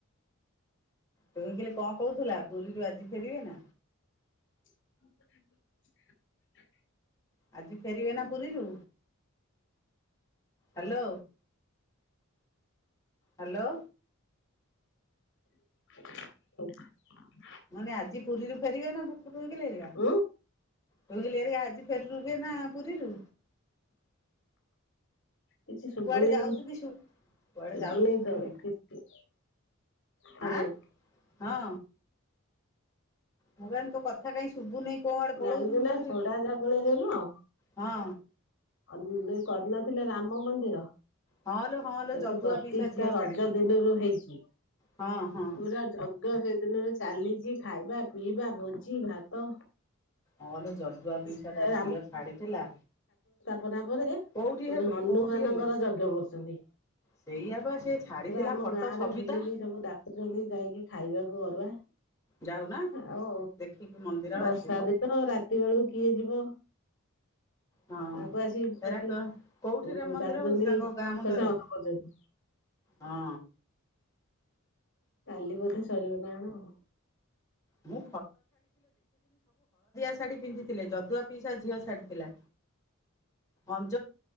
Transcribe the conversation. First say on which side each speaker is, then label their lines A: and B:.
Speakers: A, on the left; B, on the left.
A: <unintelligible> କହୁଥିଲା ପୁରୀରୁ ଆଜି ଫେରିବେ ନା?
B: <inaudible>
A: ଆଜି ଫେରିବେ ନା ପୁରୀରୁ? Hello hello.
B: <inaudible>
A: ମାନେ ଆଜି ପୁରୀରୁ ଫେରିବେ ନା ପୁ ଟୁଇକିଲି ହେରିକା
B: ଉଁ
A: ଟୁଇକିଲି ହରିକା ଆଜି ଫେରିବେ ନା ପୁରୀରୁ?
B: କିଛି ଶୁଭୁ
A: କୁଆଡେ
B: ନାଇଁ
A: ଯାଉଛୁ କିଶୁ କୁଆଡେ
B: ଶୁଭୁ
A: ଯାଉଛୁ
B: ନାଇଁ
A: ଶୁଭୁନି
B: ତ କିଛି ହାଲୋ।
A: ଆଁ ହଁ ମୁଁ କହିଲି ତୋ କଥା କାଇଁ ଶୁଭୁନି। କୋଉ ଆଡେ
B: <unintelligible>
A: ପଳଉଛୁ କି
B: ରେ
A: ମଝିରେ
B: ନୁହଁ
A: ହଁ
B: ଆ ଏ କରିନଥିଲେ ରାମ ମନ୍ଦିର।
A: ହଁ ଲୋ ହଁ ଲୋ
B: ସେଠି
A: ଯଦୁଆ
B: ପ୍ରତିଷ୍ଠା
A: ପିଇସା ଝିଅ
B: ରଜ
A: ଛାଡିଥିଲା
B: ଦିନରୁ ହେଇଛି।
A: ହଁ ହଁ
B: ପୁରା ଯୋଗ ସେଦିନରୁ ଚାଲିଛି। ଖାଇବା, ପିଇବା, ଭୋଜି ଭାତ।
A: ହଁ ଲୋ ଜଦୁଆ ପିଇସା
B: ସେ
A: ତା ଝିଅ ଛାଡିଥିଲା।
B: ପନା ପରେ
A: କୋଉଠି
B: ପୁଣି
A: ହେବେ
B: ହନୁମାନଙ୍କର
A: କୋଉଠି ହେଲେ
B: ଯଜ୍ଞ କରୁଛନ୍ତି।
A: ସେଇଆ ବା ସେ ଛାଡିଥିଲା
B: ପୁରା ଆମ
A: ଫଟୋ
B: ଗାଁ
A: ସବିତା
B: ରେ ବୁଲିକି ସବୁ ଡାକୁଛନ୍ତି ଯାଇକି ଖାଇ ଖାଇବାକୁ ଅରୁଆ।
A: ଯାଉନା
B: ଆଉ
A: ଦେଖିକି ମନ୍ଦିର
B: ବର୍ଷା
A: ଆସିବ
B: ଦିନ ରାତି ବେଳକୁ କିଏ ଯିବ।
A: ହଁ
B: ତାଙ୍କୁ ଆସିକି ସକାଳେ
A: ଏରା କ କୋଉଠି ରାମ ମନ୍ଦିର
B: ଡାକୁଛନ୍ତି
A: ହଉଛି ତାଙ୍କ ଗାଁ ମୁଣ୍ଡରେ
B: ଖୋସା ମତ କରୁଛନ୍ତି
A: ହଁ।
B: କାଲି ବୋଧେ ସରିବ ନା କଣ?
A: ମୁଁ ଶାଢ଼ୀ ପିନ୍ଧିଥିଲେ ଯଦୁଆ ପିଇସା ଝିଅ ଛାଡିଥିଲା। ଅନ୍